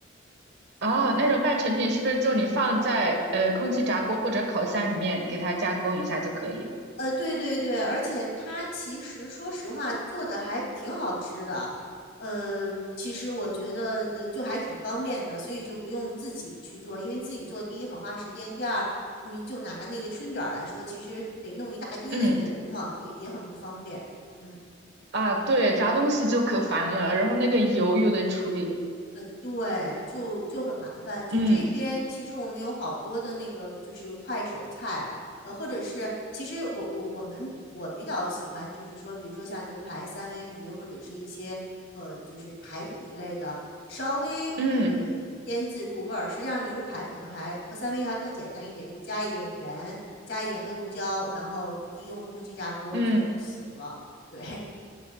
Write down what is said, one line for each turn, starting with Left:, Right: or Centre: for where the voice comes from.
Right: 啊，那种半成品是不是就你放在呃空气炸锅或者烤箱里面给它加工一下就可以了？
Left: 呃，对对对，而且它其实说实话做的还挺好吃的，呃，其实我觉得呃就还挺方便的，所以就不用自己去做，因为自己做第一很花时间，第二你就拿那个春卷儿来说，其实得弄一大堆的油嘛，
Right: 嗯，
Left: 也也很不方便。嗯。
Right: 啊，对，炸东西就可烦了，然后那个油又得处理。
Left: 呃，对，就就很麻烦。就这边其实我们有好多的那个就是快手菜，
Right: 嗯
Left: 呃，或者是其实我我我们我比较喜欢就是说，比如说像牛排、三文鱼或者是一些呃就是排骨一类的，稍微呃
Right: 嗯
Left: 腌制入味儿。实际上牛排可能还和三文鱼还更简单一点，就加一点盐，加一点黑胡椒，然后一用空气炸锅就行了。
Right: 嗯，
Left: 对，